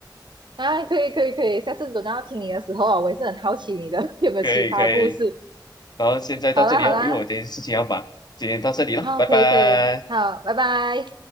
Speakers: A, on the right (about 80°); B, on the left (about 60°).
A: 啊，可以，可以，可以，下次等到要听你的时候啊，我也是很好奇你的 <laughs> 有没有奇葩故事。
B: 可以可以。然后现在到这里啊，
A: 好啦，好啦，
B: 因为我有点事情要忙，今天到这里了，
A: 好，
B: 拜拜。
A: 可以，可以，好，拜拜。